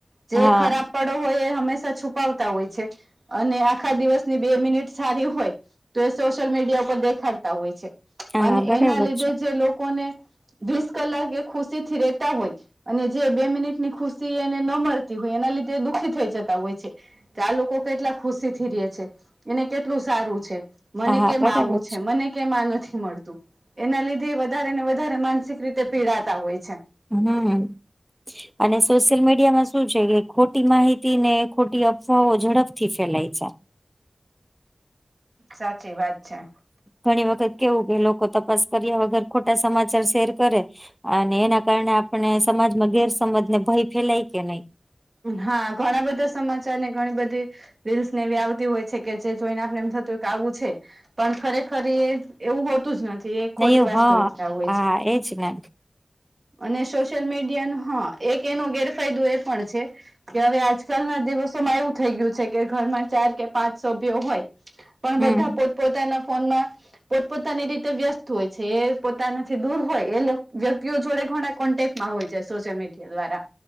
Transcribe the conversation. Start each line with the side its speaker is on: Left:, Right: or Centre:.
Right: જે
Centre: હા
Right: ખરાબ પડો હોય એ હંમેશા છુપાવતા હોય છે અને આખા દિવસની બે મિનિટ સારી હોય તો એ સોશિયલ મીડિયા ઉપર દેખાડતા હોય છે
Centre: હા
Right: અને
Centre: બરાબર
Right: એના લીધે
Centre: છે
Right: જે લોકોને વીસ કલાક એ ખુશી થી રેતા હોય અને જે બે મિનિટ ની ખુશી એને ન મળતી હોય એના લીધે દુઃખી થઈ જતા હોય છે કે આ લોકો કેટલા ખુશી થી રે છે એને કેટલું સારું છે મને
Centre: હા
Right: કેમ
Centre: બરાબર
Right: આવું છે મને કેમાં નથી મળતું એના લીધે વધારે ને વધારે માનસિક રીતે પીડાતા હોય છે
Centre: હમ્મ અને સોશિયલ મીડિયામાં શું છે કે ખોટી માહિતી ને ખોટી અફવાઓ ઝડપથી ફેલાય છે
Right: સાચી વાત છે
Centre: ઘણી વખત કેવું કે લોકો તપાસ કર્યા વગર ખોટા સમાચાર શેર કરે અને એના કારણે આપણે સમાજમાં ગેરસમજને ભય ફેલાય કે નહી
Right: હા ઘણા બધા સમાચાર ને ઘણી બધી વિલ્સ ને એવી આવતી હોય છે કે જે જોઈને આપણે એમ થતું કે આવું છે પણ ખરેખર એ એવું હોતું જ નથી થી એ
Centre: નહી
Right: ખોટી વાસ્તવિકતા
Centre: હા
Right: હોય
Centre: હા
Right: છે
Centre: એજ ને
Right: અને સોશિયલ મીડિયા ન હા એક એનો ગેરફાયદો એ પણ છે કે હવે આજકાલ ના દિવસોમાં એવું થઈ ગયું છે કે ઘરમાં ચાર કે પાંચ સભ્યો હોય પણ
Centre: હમ
Right: બધા પોતપોતાના ફોનમાં પોતપોતાની રીતે વ્યસ્ત હોય છે એ પોતાનાથી દૂર હોય એ વ્યક્તિઓ જોડે ઘણા કોન્ટેક્ટ માં હોય છે સોશિયલ મીડિયા દ્વારા